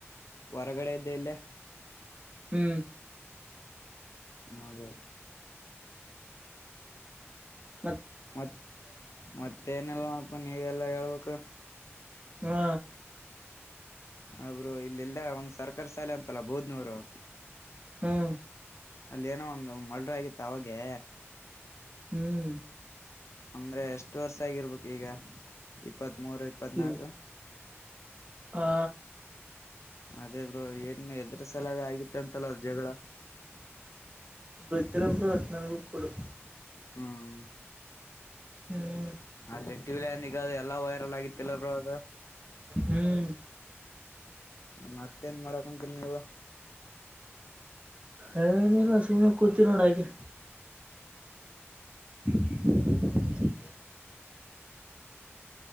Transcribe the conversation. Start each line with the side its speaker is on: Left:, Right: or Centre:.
Left: ಹೊರಗಡೆ ಇದ್ದೆ ಇಲ್ಲ
Right: ಹ್ಮ್
Left: ಹದ
Right: ಹ
Left: ಮತ್ ಮತ್ತೆ ಏನೆಲ್ಲ ಅಪ ನೀವೆಲ್ಲಾ ಹೇಳ್ಬೇಕು
Right: ಹಾ
Left: ಅವಬ್ರು ಇಲ್ಲೆಲ್ಲಾ ಒಂದ್ ಸರ್ಕಾರಿ ಶಾಲೆ ಅಂತಲ್ಲ ಬೋದ್ನವರು
Right: ಹ್ಮ್
Left: ಅಲ್ಲೇಏನೋ ಒಂದು ಮಲ್್ರ ಆಗಿತ್ತ ಅವಾಗೆ
Right: ಹ್ಮ್
Left: ಅಂದ್ರೆ ಎಷ್ಟು ವರ್ಷ ಆಗಿರ್ಬೇಕು ಈಗ ಇಪ್ಪತ್ತ್ ಮೂೂರು ಇಪ್ಪತ್ನಾಕು
Right: ಇವು ಹಾ
Left: ಅದೇ ಬ್ರೋ ಏನ್ ಹೆದ್ರ ಸಲಾಗ ಆಗಿತ್ತ ಅಂತಲ್ಲ ಜಗಳ
Right: ಗೊಜ್ರ ಪ್ರರ್ತನಾಗೂ ಕೊಡು
Left: ಹ್ಮ್
Right: ಹ್ಮ್
Left: ಅಲ್ಲಟ್ಟಿಬಲ ನದೆ ಎಲ್ಲಾ ವೈರಲ್ ಆಗಿತ್ತಲ್ಲ ಬ್ರೋ ಅದು
Right: ಹ್ಮ್
Left: ಮತ್ತೇನ್ ಮಾಡಕಂತೀರಿ ನೀವ
Right: ಅ ಸುಮ್ಮನೆ ಕೂತೀವಿ ನೋಡ ಹಾಗೆ <unintelligible>